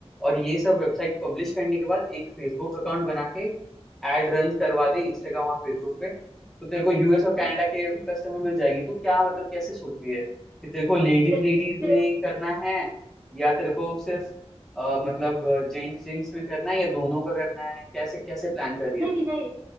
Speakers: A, in the centre; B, on the right.
A: और ये सब वेबसाइट पब्लिश करने के बाद एक फेसबुक अकाउंट बना के एड रन करवा दे इंस्टाग्राम और फेसबुक पे तो तेरे को यूएस और
B: हम्म।
A: कनाडा के कस्टमर मिल जाएगी तू क्या मतलब कैसे सोच रही है कि तेरे को लेडीज
B: देखिए
A: लेडीज
B: फिर-
A: में करना है या तेरे को सिर्फ अ, मतलब जेंट्स जेंट्स में करना है या दोनों का करना है कैसे कैसे प्लान कर रही है
B: नहीं
A: तू
B: नहीं